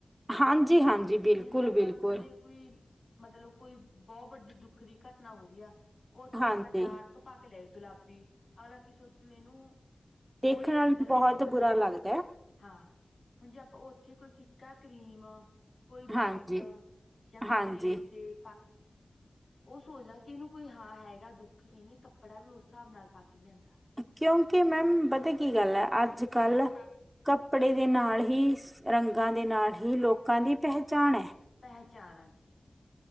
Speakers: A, on the right; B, on the left.
A: ਹਾਂਜੀ ਹਾਂਜੀ ਬਿਲਕੁਲ
B: ਹੁਣ ਜੇ ਆਪਾਂ
A: ਬਿਲਕੁਲ
B: ਕਿਸੇ ਦੇ ਕੋਈ ਮਤਲਬ ਕੋਈ ਬਹੁਤ ਵੱਡੀ ਦੁੱਖ ਦੀ ਘਟਨਾ ਹੋ ਰਹੀ ਆ ਉਹ ਉੱਥੇ
A: ਹਾਂਜੀ
B: ਆਪਾਂ ਡਾਰਕ ਪਾ ਕੇ ਗੁਲਾਬੀ ਅਗਲਾ ਕੀ ਸੋਚੂ ਇਹਨੂੰ ਕੋਈ
A: ਦੇਖਣ ਨਾਲ
B: ਅੰਦਰ
A: ਬਹੁਤ
B: ਹੈ ਨਹੀ
A: ਬੁਰਾ ਲੱਗਦਾ ਹੈ।
B: ਹਾਂ ਹੁਣ ਜੇ ਆਪਾਂ ਕੋਈ ਫਿੱਕਾ ਕਰੀਮ ਕੋਈ
A: ਹਾਂਜੀ
B: ਵਾਈਟ ਜਾਂ ਕੋਈ
A: ਹਾਂਜੀ
B: ਗ੍ਰੇ ਤੇ ਉਹ ਸੋਚਦਾ ਕਿ ਇਹਨੂੰ ਕੋਈ ਹਾਂ ਹੈਗਾ ਦੁੱਖ ਇਹਨੇ ਕੱਪੜਾ ਵੀ ਉਸ ਹਿਸਾਬ ਨਾਲ ਪਾ ਕੇ ਲਿਆਂਦਾ
A: ਕਿਉਂਕਿ ਮੈਮ ਪਤਾ ਕੀ ਗੱਲ ਹੈ ਅੱਜ ਕੱਲ
B: ਹਾਂਜੀ
A: ਕੱਪੜੇ ਦੇ ਨਾਲ ਹੀ ਸ ਰੰਗਾਂ ਦੇ ਨਾਲ ਹੀ ਲੋਕਾਂ ਦੀ ਪਹਿਚਾਣ ਹੈ
B: ਪਹਿਚਾਣਾ ਜੇ